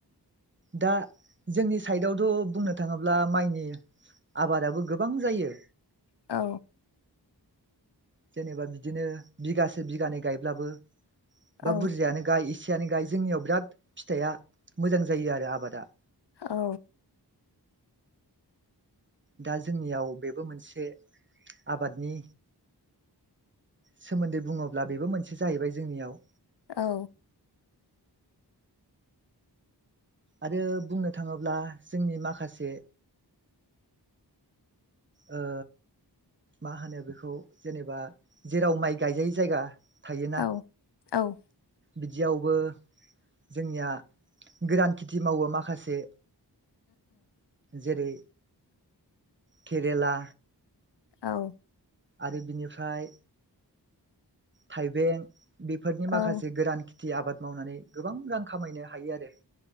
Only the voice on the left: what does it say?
औ।
औ
औ।
औ।
औ औ।
औ।
औ